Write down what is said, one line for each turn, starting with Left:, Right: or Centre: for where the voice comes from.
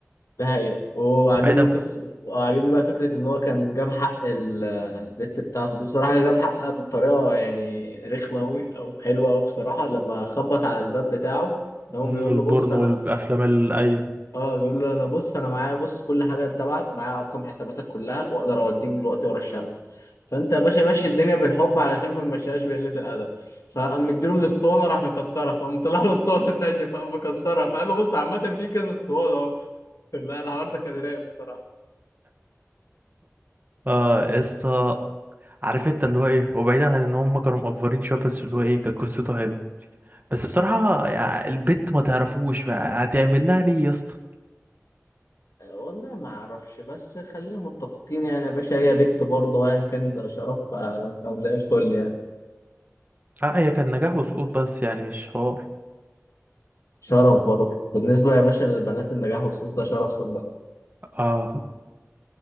Left: ده حقيقة وعاجبني
Right: بعيدا
Left: قصة وعاجبني بقى فكرة ان هو كان جاب حق ال- البت بتاعته دي بصراحة جاب حقها بطريقة يعني رخمة أوي او حلوة أوي بصراحة لما خبط على الباب بتاعه هو
Right: عن
Left: بيقول
Right: البورن
Left: له بص انا
Right: والافلام ال... ايوه
Left: اه بيقول له انا بص انا معايا بص كل حاجه تبعك ومعايا ارقام حساباتك كلها واقدر اوديك دلوقتي ورا الشمس فانت يا باشا ماشي الدنيا بالحب علشان ما نمشيهاش بقله الادب فقام مديله الاسطوانه راح مكسرها فقام طلع له اسطوانه <laughs> تانيه فقام مكسرها فقال له بص عامه في كذا اسطوانه اهو <laughs> لا الحوار ده كان رايق بصراحه
Right: اه يا اسطى عارف انت اللي هو ايه وبعيدا عن ان هم كانوا مقفرين شويه بس اللي هو ايه كانت قصته حلوه بس بصراحه يعني البت ما تعرفوش بقى هتعمل لها ليه يا اسطى
Left: آه، والله ما اعرفش بس خلينا متفقين يعني يا باشا هي بت برضه ايا كان ده شرف ف- فزي الفل يعني
Right: اه هي كان نجاح وسقوط بس يعني مش حوار
Left: شرف برضه بالنسبه يا باشا للبنات النجاح والسقوط ده شرف صدق
Right: اه